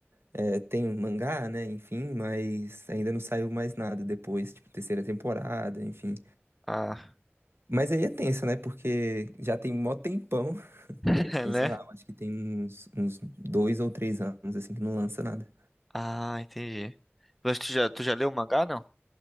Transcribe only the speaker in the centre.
Ah,
<laughs>
né?
Ah, entendi. Mas tu já, tu já leu o mangá, não?